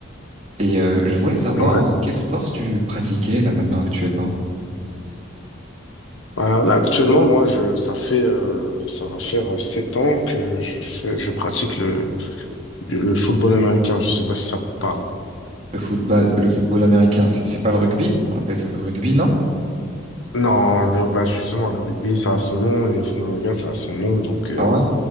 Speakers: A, on the right; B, on the left.
A: Et euh, je voulais savoir
B: Ouais.
A: quel sport tu pratiquais là maintenant actuellement.
B: Euh, là, actuellement, moi, je, ça fait, euh, ça va faire euh, sept ans que je fais, je pratique le, le football américain. Je sais pas si ça te parle.
A: Le football, le football américain, c'est c'est pas le rugby? On appelle ça le rugby, non?
B: Non, le, bah, justement, le rugby, ça a son nom et le football américain, ça a son nom. Donc, euh,
A: Ah ouais?